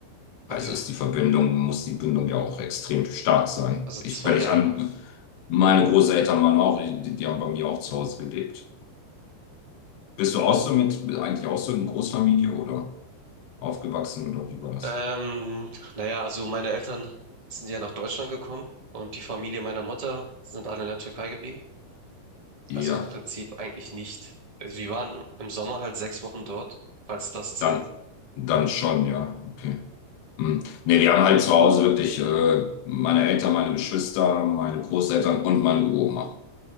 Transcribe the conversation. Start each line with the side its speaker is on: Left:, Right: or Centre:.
Left: Also
Right: Okay,
Left: ist die Verbindung, muss die Bindung ja auch extrem stark sein.
Right: also
Left: Ich,
Right: zwei
Left: wenn ich
Right: Jahre.
Left: an meine Großeltern waren auch, die, die haben bei mir auch zu Hause gelebt. Bist du auch so mit, mit eigentlich auch so in Großfamilie oder aufgewachsen oder wie war das?
Right: Ähm, naja, also meine Eltern sind ja nach Deutschland gekommen und die Familie meiner Mutter sind alle in der Türkei geblieben.
Left: Ja,
Right: Also im Prinzip eigentlich nicht. Also wir waren im Sommer halt sechs Wochen dort, falls das zählt.
Left: dann, dann schon, ja, okay. Hm. Nee, wir haben halt zu Hause wirklich äh, meine Eltern, meine Geschwister, meine Großeltern und meine Uroma.